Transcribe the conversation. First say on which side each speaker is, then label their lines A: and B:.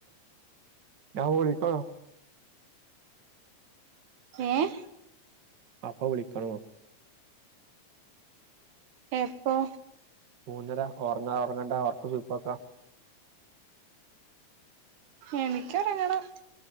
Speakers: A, on the right; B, on the right.
A: ഞാ വിളിക്കണോ?
B: ഏഹ്
A: അപ്പവിളിക്കണോ?
B: എപ്പൊ?
A: മൂന്നര ഒർങ്ങ ഒർങ്ങണ്ട ഒർക്ക് സുയ്പാക്ക
B: എനിക്യോറങ്ങണം